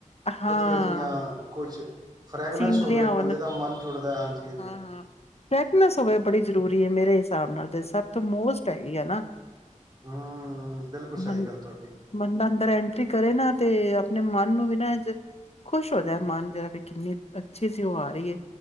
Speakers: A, on the left; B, on the right.
A: ਹਾਂ
B: ਵਧੀਆ ਜਿਹੀਆਂ ਕੁਛ ਫਰੈਗਨੈਂਸ
A: ਸੀਨਰੀਆਂ
B: ਹੋਵੇ
A: ਹੋਣ
B: ਬੰਦੇ ਦਾ ਮਨ ਜੁੜਦਾ ਹਾਂਜੀ ਹਾਂਜੀ
A: ਹਾਂ ਹਾਂ <unintelligible> ਹੋਵੇ ਬੜੀ ਜ਼ਰੂਰੀ ਹੈ ਮੇਰੇ ਹਿਸਾਬ ਨਾਲ ਤੇ ਸਭ ਤੋਂ ਮੋਸਟ ਹੈਗੀ ਹੈ ਨਾ
B: ਹਮ ਬਿਲਕੁਲ ਸਹੀ
A: ਮੰਨ
B: ਗੱਲ ਤੁਹਾਡੀ
A: ਦਾ ਅੰਦਰ ਐਂਟਰੀ ਕਰੇ ਨਾ ਤੇ ਆਪਣੇ ਮਨ ਨੂੰ ਵੀ ਨਾ ਖੁਸ਼ ਹੋ ਜਾਏ ਮਨ ਜਿਹੜਾ ਵੀ ਕਿੰਨੀ ਅੱਛੀ ਸੀ ਉਹ ਆ ਰਹੀ ਹੈ